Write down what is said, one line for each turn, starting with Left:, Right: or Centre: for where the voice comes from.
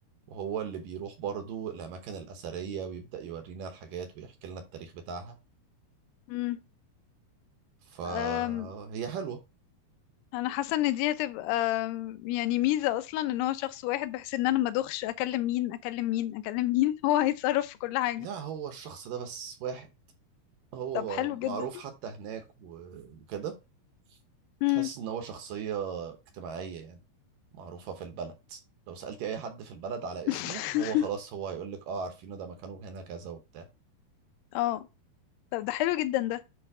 Right: وهو اللي بيروح برضه الأماكن الأثرية ويبدأ يورينا الحاجات ويحكي لنا التاريخ بتاعها
Left: امم
Right: فهي
Left: أم،
Right: حلوة
Left: انا حاسة ان دي هتبقى يعني ميزة اصلا ان هو شخص واحد بحيث ان انا ما ادوخش اكلم مين اكلم مين اكلم مين <laughs> هو هيتصرف في كل حاجة
Right: لا هو الشخص ده بس واحد هو
Left: طب حلو
Right: معروف
Left: جدا
Right: حتى هناك وكده
Left: امم
Right: تحس ان هو شخصية اجتماعية يعني معروفة في البلد لو سألتي اي حد في البلد على
Left: <laughs>
Right: اسمه هو خلاص هو هيقول لك اه عارفينه ده مكانه هنا كذا وبتاع
Left: اه طب ده حلو جدا ده